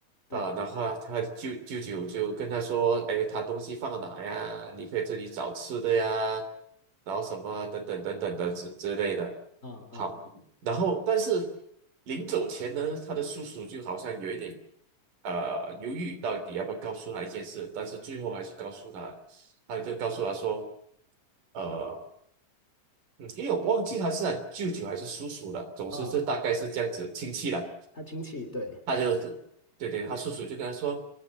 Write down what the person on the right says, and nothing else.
啊，然后啊他舅舅舅就跟他说，哎，他东西放哪呀？你可以自己找吃的呀，然后什么等等等等的之之类的。
好，然后但是临走前呢，他的叔叔就好像有一点呃犹豫，到底要不要告诉他一件事，但是最后还是告诉他，他就告诉他说，呃，嗯因为我忘记他是他舅舅还是叔叔了，总之是大概是这样子亲戚了。
他就对对，他叔叔就跟他说：